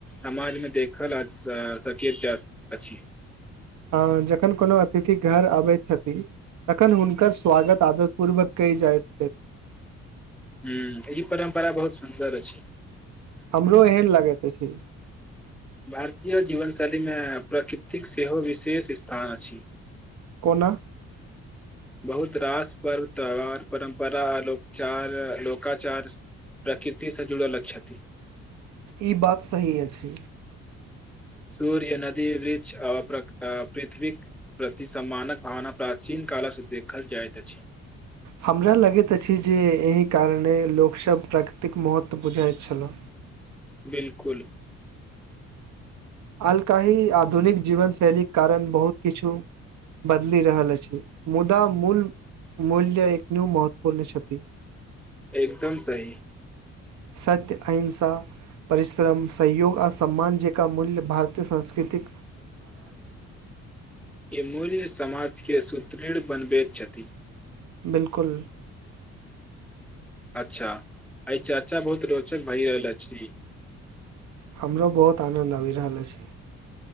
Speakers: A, in the centre; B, on the right.
A: समाजमे देखल सकैत अछि
B: अ जखन कोनो अतिथि घर अबैत छथि तखन हुनकर स्वागत आदत पूर्वक कहि जाइत छै
A: ह ई परम्परा बहुत सुन्दर अछि
B: हमरो एहन लागैत अछि
A: भारतीय जीवन शैलीमे प्रकृ थिक सेहो विशेष स्थान अछि
B: बना
A: बहुत रास पर्व त्यौहार परम्परा आार लोकोकाचार प्रकृतिसँ जुड़ल छथि
B: ई बात सही अछि
A: सूर्य नदी वृक्ष पृथ्वी प्रति सम्मानक भावना प्राचीन कालसँ देखल जाइत अछि
B: हमरा लगैत अछि जे एहि कारणे लोकसभब प्राकृतिक महत्व बुझाइत छलो
A: बिलकुल
B: अलकाहि आधुनिक जीवन शैलीक कारण बहुत किछु बदलि रहल अछि मुदा मूल मूल्य एकनू महत्वपूर्ण छथि
A: एकदम सही
B: सत्य अहिंसा परिश्रम सहयोग आ सम्मानजेका मूल्य भारतीय संस्कृतिक
A: य मूल्य समाज के सुत्र तृड बनवे छ्ति
B: बिलकुल
A: अच्छा आय चर्चा बहुत रोचक भए रहल अछि
B: हमरो बहुत आनन्द आबि रहल अछि।